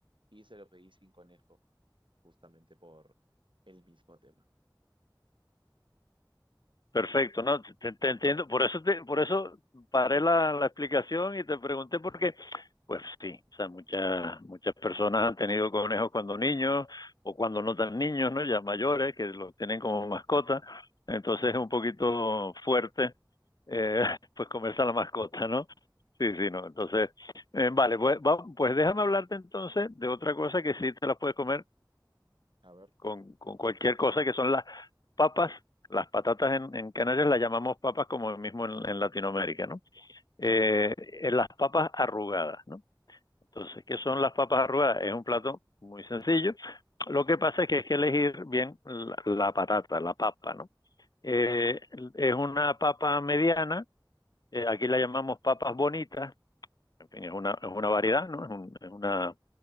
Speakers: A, on the right; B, on the left.
A: y se lo pedí sin conejo, justamente por el mismo tema.
B: Perfecto, no, te, te entiendo. Por eso, te- por eso paré la, la explicación y te pregunté por qué. Pues sí, o sea, muchas, muchas personas han tenido conejos cuando niños o cuando no tan niños, ¿no? Ya mayores, que los tienen como mascota. Entonces es un poquito fuerte, eh, <laughs> pues comerse a la mascota, ¿no? Sí, sí, no. Entonces, eh, vale, pues, va- pues déjame hablarte entonces de otra cosa que sí te la puedes comer
A: A ver.
B: con, con cualquier cosa que son las papas, las patatas en, en Canarias las llamamos papas como mismo en, en Latinoamérica, ¿no? Eh, en las papas arrugadas, ¿no? Entonces, ¿qué son las papas arrugadas? Es un plato muy sencillo. Lo que pasa es que hay que elegir bien la, la patata, la papa, ¿no? Eh, es una papa mediana, eh, aquí la llamamos papas bonitas, en fin, es una, es una variedad, ¿no? Es, un- es una,